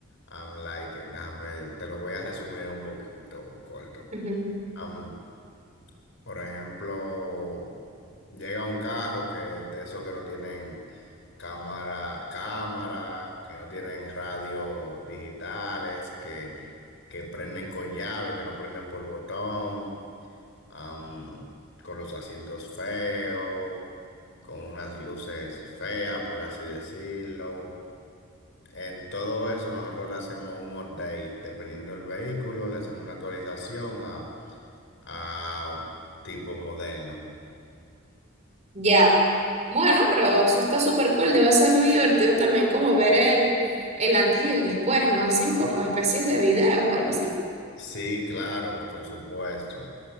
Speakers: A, on the left; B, on the right.
A: um, like, déjame, te lo voy a resumir un poquito corto.
B: ujú.
A: Um, por ejemplo, llega un carro que de esos que no tienen cámara, cámara, que no tienen radio digitales, que, que prenden con llave, que no prenden por botón am, con los asientos feos, con unas luces feas, por así decirlo. En todo eso nosotros le hacemos un update, dependiendo del vehículo, le hacemos una actualización a, a un tipo moderno.
B: Ya. Bueno, pero eso está súper cool. Debe ser muy divertido también como ver el, el antes y el después, ¿no? Hacen como especies de videos o algo así.
A: Sí, claro, por supuesto.